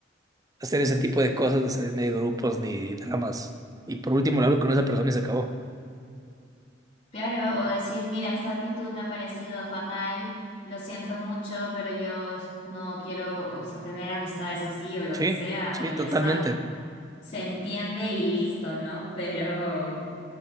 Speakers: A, on the right (about 20°); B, on the left (about 40°).
A: hacer ese tipo de cosas, de salirme de grupos ni dramas. Y por último, le hablo con esa persona y se acabó.
B: Claro, o decir, mira, esta actitud me ha parecido fatal, lo siento mucho, pero yo es- no quiero, o sea, tener amistades así o lo
A: Sí,
B: que sea,
A: sí,
B: y
A: totalmente.
B: ya está. Se entiende y listo, ¿no? Pero,